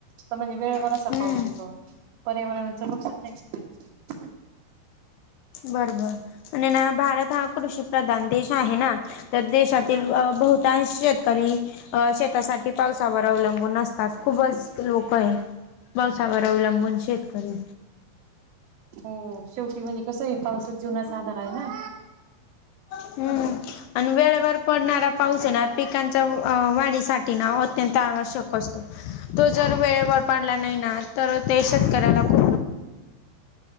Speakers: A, on the right; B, on the left.
A: का म्हणजे वेळेवर
B: हम्म
A: चा पाऊस येतो, पर्यावरणाच नुकसान नाही करायला पाहिजे.
B: बरोबर, आणि ना भारत हा कृषी प्रधान देश आहे ना. तर देशातील बहुतांश शेतकरी अ शेतासाठी पावसावर अवलंबून असतात खूपच लोक आहे. पावसावर अवलंबून शेतकरी
A: हो शेवटी म्हणजे कसं आहे पाऊसच जीवनाचा आधार आहे ना.
B: हम्म आणि वेळेवर पडणारा पाऊस आहे ना पिकांच्या वाढीसाठी ना अत्यंत आवश्यक असतो. तो जर वेळेवर पाडला नाही ना, तर ते शेतकऱ्याला खुप